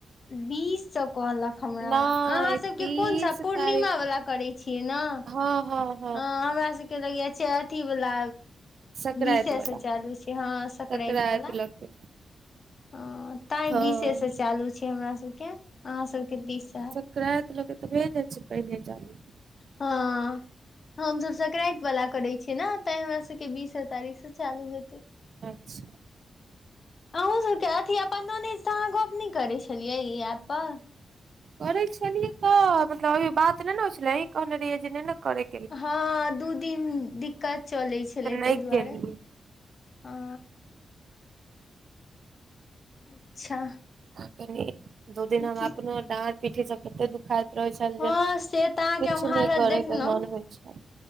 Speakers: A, on the left; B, on the right.
A: बीस सँ कहलक हमरा
B: नहि
A: अहाँसभके
B: तीस
A: कोन सा
B: तारीख
A: पूर्णिमा वला करै छियै नऽ
B: हँ हँ
A: हँ हमरा सबके लगेया छै अथी वला
B: संक्रान्ति
A: बीसे
B: वाला
A: सँ चालू छै हँ सकरैंत
B: संक्रान्ति
A: वला
B: लऽ के
A: हँ तैं
B: हँ
A: बीसे सँ चालू छै हमरा सबके अहाँ सबके बीस स हेत
B: संक्रैत लके तऽ भऽए जाय छै पहिने चालु
A: हँ हमसभ सक्रैंति वाला करै छियै नऽ तैं हमरा सबके बीसे तारीख से चालू हेतै
B: अच्छा
A: अहूँ सबके अथी अपन नानी सँ अहाँ गप्प नहि करै छेलियै ई ऐप पर
B: करै छेलियै तऽ मतलब अभी बात नहि ने होइ छेलै अहीं कहने रहियै जे नहि न करे
A: हँ दू दिन दिक्कत चलैत छलै
B: तऽ नहि
A: ताहि दुआरे
B: केलियै
A: हँ अच्छा
B: <unintelligible> दू दिनमे हमरा
A: की
B: अपनो डाँर पीठी सब तत्ते दुखाइत रहैत छल
A: हँ
B: जे किछु
A: से तऽ अहाँके हम हालत
B: नहि करयके
A: देखलहुँ
B: मोन होइत छेल